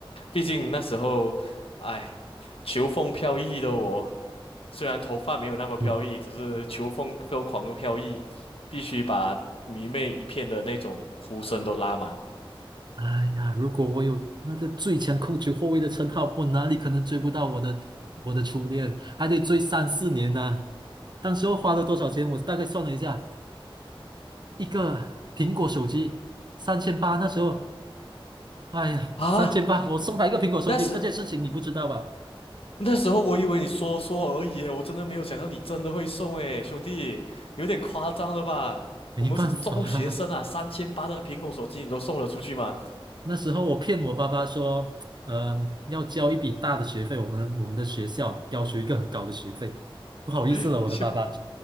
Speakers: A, on the left; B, on the right.
A: 毕竟那时候，哎，求风飘逸的我。虽然头发没有那么飘逸，
B: 嗯。
A: 只是球风疯狂的飘逸，必须把迷妹一片的那种呼声都拉满
B: 哎呀，如果我有那个最强控球后卫的称号，我哪里可能追不到我的我的初恋？还得追三四年呢、当时候花了多少钱？我大概算了一下，一个苹果手机三千八，那时候，哎呀，
A: 啊！
B: 三千八，我送他一个苹果手机，
A: 那时
B: 这件事情你不知道吧？
A: 那时候我以为你说说而已我真的没有想到你真的会送诶，兄弟，有点夸张了吧？
B: 没办法，
A: 我们是中学生啊，三千八的苹果手机你都送了出去吗？
B: <laughs> 那时候我骗我爸爸说，嗯、要交一笔大的学费，我们我们的学校要求一个很高的学费，不好意思了，
A: <laughs>
B: 我的爸爸，